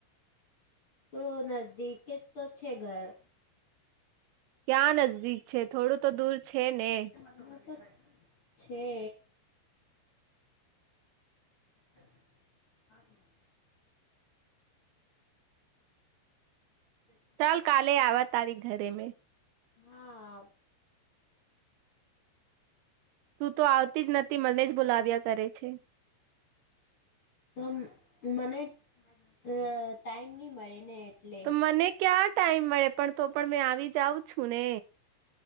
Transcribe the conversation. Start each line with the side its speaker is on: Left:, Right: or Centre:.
Left: તો નજદીક જ તો છે ઘર.
Right: ક્યાં નજદીક છે થોડું તો દૂર છે ને
Left: હ તો છે. <inaudible> <inaudible>
Right: ચાલ કાલે આવા તારીખ ઘરે મે
Left: હા.
Right: તું તો આવતી જ નથી મને જ બોલાવ્યા કરે છે
Left: તો મને ટાઈમ નહી મળે ને એટલે
Right: તો મને ક્યા ટાઈમ મળે પણ તો પણ મેં આવી જાઉં છું ને